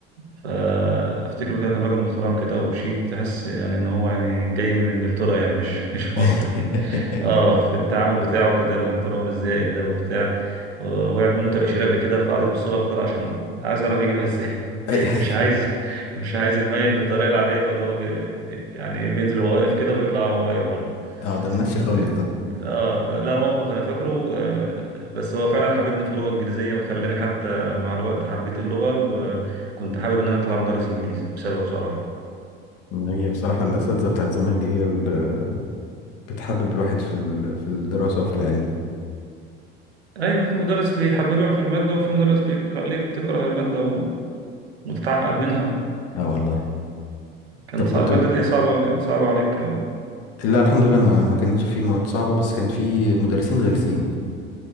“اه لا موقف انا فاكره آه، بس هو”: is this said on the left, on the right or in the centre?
Right